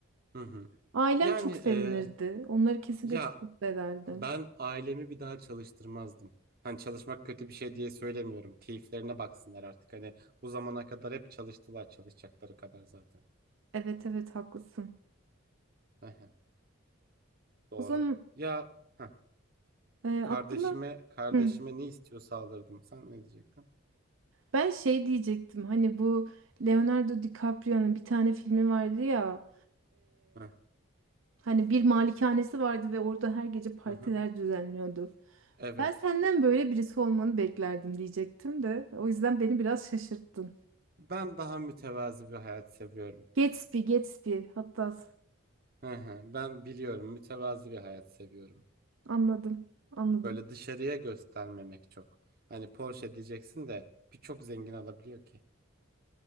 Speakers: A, on the right (about 45°); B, on the right (about 70°).
A: Hı hı.
B: Ailem
A: Yani
B: çok sevinirdi.
A: eee,
B: Onları kesinlikle
A: ya
B: çok mutlu ederdim.
A: Ben ailemi bir daha çalıştırmazdım. Hani çalışmak kötü bir şey diye söylemiyorum. Keyiflerine baksınlar artık. Hani bu zamana kadar hep çalıştılar çalışacakları kadar zaten.
B: Evet, evet, haklısın.
A: Ehe, Doğru.
B: O zaman
A: Ya heh,
B: e,
A: kardeşime
B: aklıma
A: kardeşime
B: Hı.
A: ne istiyorsa alırdım. Sen ne diyecektin?
B: Ben şey diyecektim. Hani bu Leonardo DiCaprio'nun bir tane filmi vardı ya.
A: Heh,
B: Hani bir malikanesi vardı ve orada her gece partiler
A: hı.
B: düzenliyordu.
A: Evet.
B: Ben senden böyle birisi olmanı beklerdim diyecektim de. O yüzden beni biraz şaşırttın.
A: Ben daha mütevazi bir hayat seviyorum.
B: Gatsby, Gatsby. Hatta
A: Hı hı. Ben biliyorum mütevazi bir hayat seviyorum.
B: anladım, anladım.
A: Böyle dışarıya göstermemek çok. Hani Porsche diyeceksin de birçok zengin alabiliyor ki.